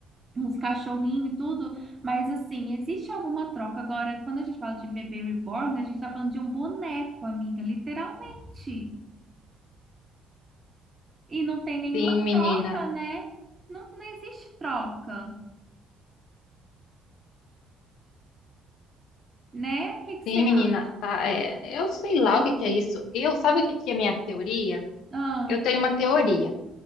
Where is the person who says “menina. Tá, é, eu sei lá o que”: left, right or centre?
Left